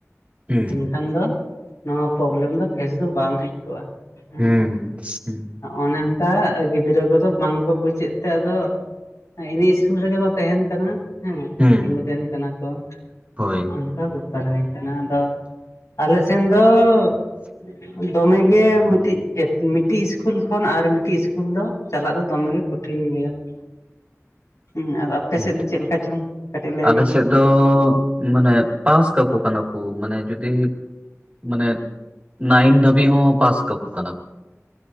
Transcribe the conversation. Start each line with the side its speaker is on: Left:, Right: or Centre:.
Right: ᱦᱮᱸ
Left: ᱮᱱᱠᱷᱟᱱ ᱫᱚ ᱱᱚᱣᱟ ᱯᱨᱚᱵᱞᱮᱢ ᱫᱚ ᱯᱷᱮᱥ ᱫᱚ ᱵᱟᱝ ᱦᱮᱡ ᱠᱚᱜᱼᱟ ᱦᱮᱸ
Right: ᱦᱩᱸ ᱦᱩᱸ
Left: ᱚᱱᱮ ᱚᱱᱠᱟ ᱜᱤᱫᱽᱨᱟᱹ ᱠᱚᱫᱚ ᱵᱟᱝ ᱠᱚ ᱵᱩᱡᱮᱫ ᱛᱮ ᱟᱫᱚ ᱤᱱᱟᱹ ᱤᱥᱠᱩᱞ ᱨᱮᱜᱮ ᱠᱚ ᱛᱟᱦᱮᱱ ᱠᱟᱱᱟ ᱦᱮᱸ
Right: ᱦᱩᱸ
Left: ᱛᱤᱸᱜᱩ ᱛᱟᱦᱮᱱ ᱠᱟᱱᱟ ᱠᱚ
Right: ᱦᱳᱭ
Left: ᱚᱱᱠᱟ ᱜᱮ ᱦᱩᱭ ᱠᱟᱱᱟ ᱟᱫᱚ ᱟᱞᱮ ᱥᱮᱱ ᱫᱚ ᱾ ᱫᱚᱢᱮᱮ ᱢᱤᱫᱴᱤᱡ ᱾ ᱢᱤᱫᱴᱤᱡ ᱤᱥᱠᱩᱞ ᱠᱷᱚᱱ ᱟᱨ ᱢᱤᱫᱴᱤᱡ ᱤᱥᱠᱩᱞ ᱫᱚ ᱪᱟᱞᱟᱜ ᱫᱚ ᱫᱚᱢᱮ ᱜᱮ ᱠᱚᱴᱷᱤᱱ ᱜᱮᱭᱟ ᱾ ᱦᱮᱸ ᱟᱫᱚ ᱟᱯᱮ
Right: ᱦᱩᱸ᱾
Left: ᱥᱮᱫ ᱫᱚ ᱪᱮᱫ ᱞᱮᱠᱟ ᱪᱚᱝ ᱠᱟᱹᱴᱤᱡ ᱞᱟᱹᱭ
Right: ᱟᱞᱮ
Left: ᱢᱮ?
Right: ᱥᱮᱫ ᱫᱚ ᱢᱟᱱᱮ ᱯᱟᱥ ᱠᱟᱠᱚ ᱠᱟᱱᱟ ᱠᱚ ᱢᱟᱱᱮ ᱡᱩᱫᱤ ᱢᱟᱱᱮ ᱱᱟᱭᱤᱱ ᱫᱷᱟᱹᱵᱤᱡ ᱦᱚᱸ ᱯᱟᱥ ᱠᱟᱠᱚ ᱠᱟᱱᱟ ᱠᱚ ᱾